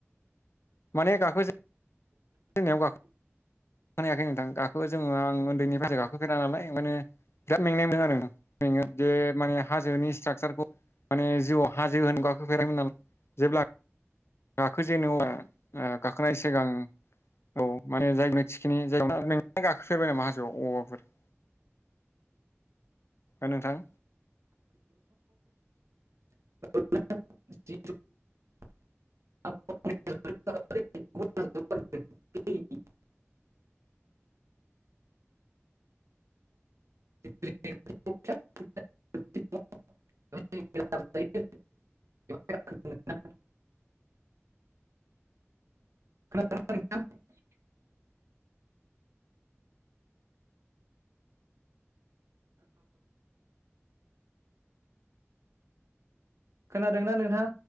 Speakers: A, on the left (about 60°); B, on the right (about 75°).
A: माने गाखो जो <inaudible> खोनायाखै नोंथां गाखो जो आं उन्दैनि बाथ गाखोफेरा नालाय ओंखायनो बिराद मेंनाय मोन आरो मेंङो जे माने हाजोनि स्ट्राकसारखौ माने जिउआव हाजो होनो गाखोफेरामोन नालाय जेब्ला गाखो जे नङा गाखोनाय सिगां औ माने जायगायाव थिखिनि जायगा नों गाखोफेरबाय नामा हाजोआव औबाफोर
B: <inaudible> <unintelligible>
A: नोंथां
B: <inaudible> <unintelligible> <inaudible> <unintelligible> <inaudible> <unintelligible> <inaudible> <unintelligible> <inaudible> <unintelligible> खोनादोंना नोंथां?